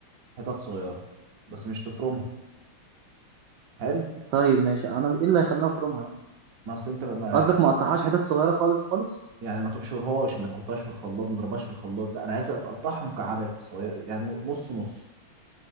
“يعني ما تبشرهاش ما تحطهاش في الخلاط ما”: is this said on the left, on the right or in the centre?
Right